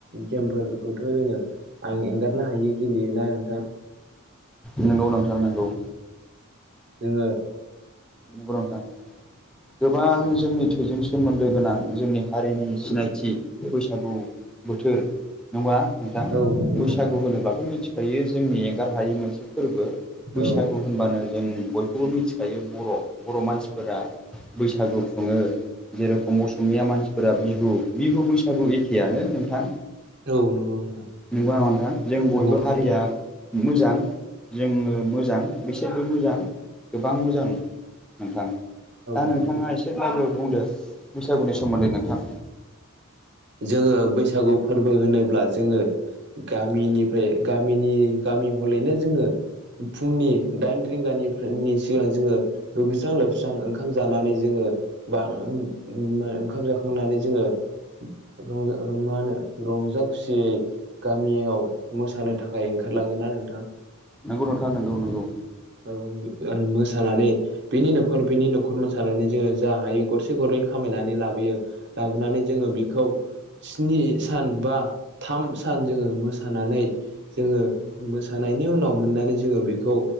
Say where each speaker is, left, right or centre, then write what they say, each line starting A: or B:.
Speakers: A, on the right; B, in the centre.
A: गेमफोरखौथ' जोङो आं एंगारनो हायो गेलेयोना नोंथां
B: नोंगौ नोंथां नोंगौ
A: जोङो
B: नंगौ नोंथां गोबां जोंनि थैजों सोम मोन्दो गोनां जोंनि हारिनि सिनायथि बैसागु बोथोर नङा नोंथां
A: औ नंगौ
B: बैसागु
A: नोंथां
B: होनोब्लाथ' मिथिखायो जोंनि एंगार हायि मोनसे फोरबो बैसागु
A: औ
B: होनबानो जों बयखौबो मिथिखायो बर' बर' मानसिफोरा बैसागु खुङो जेरैखम असमिया मानसिफोरा बिहु बिहु बैसागु एखेआनो नोंथां
A: औ नंगौ नोंथां
B: नंगौ नोंथां जों
A: नंगौ
B: बयबो
A: नोंथां
B: हारिया
A: नंगौ
B: मोजां जोङो मोजां बिसोरबो मोजां गोबां मोजां नोंथां दा
A: औ
B: नोंथाङा
A: नंगौ
B: एसेब्लाबो बुंदो बैसागुनि सोमोन्दै नोंथां
A: जोङो बैसागु फोरबो होनोब्ला जोङो गामिनिफ्राय गामिनि गामि हलैनो जोङो फुंनि दाइन रिंगानिनि सिगां जोङो दुगैस्रां लोबस्रां ओंखाम जानानै जोङो <unintelligible> बा ओंखाम जाखांनानै जोङो <unintelligible> मा होनो रंजा खुसियै गामियाव मोसानो थाखाय ओंखारला ङो ना नोंथां
B: नोंगौ नोंथा नंगौ नंगौ
A: औ मोसानानै बिनि न'खर बिनि न'खर मोसानानै जोङो जा हायो गरसे गरनै खामायनानै लाबोयो लाबोनानै जोङो बेखौ स्नि सान बा थाम सान जोङो मोसानानै जोङो मोसानायनि उनाव मोननानै जोङो बेखौ